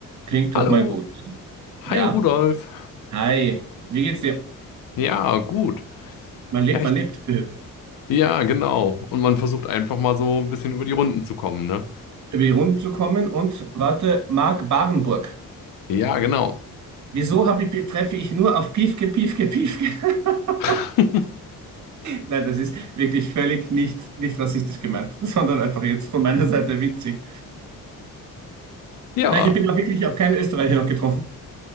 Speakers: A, on the right (about 55°); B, on the left (about 85°).
A: Klingt
B: Hallo,
A: doch mal gut.
B: hi
A: Ja.
B: Rudolf.
A: Hi. Wie geht's dir?
B: Ja, gut.
A: Man lebt,
B: Ja, ich,
A: man lebt. Äh,
B: ja, genau. Und man versucht einfach mal so ein bisschen über die Runden zu kommen, ne?
A: Über die Runden zu kommen und warte, Marc Barenburg.
B: Ja, genau.
A: Wieso habe ich, treffe ich nur auf Piefke, Piefke, Piefke? <laughs>
B: <laughs>
A: Nein, das ist wirklich völlig nicht, nicht rassistisch gemeint, <laughs> sondern einfach jetzt von meiner Seite witzig.
B: Ja.
A: Nein, ich bin auch wirklich auf keinen Österreicher noch getroffen.